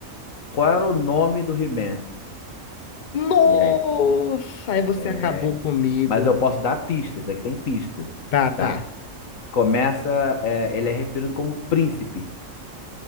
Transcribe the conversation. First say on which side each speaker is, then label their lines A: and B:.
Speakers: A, on the left; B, on the left.
A: qual era o nome do He-Man?
B: Nossa,
A: E aí?
B: aí você
A: É...
B: acabou comigo.
A: Mas eu posso dar pistas, é que tem pista,
B: Tá, tá.
A: tá? Começa, é, ele é referido como príncipe.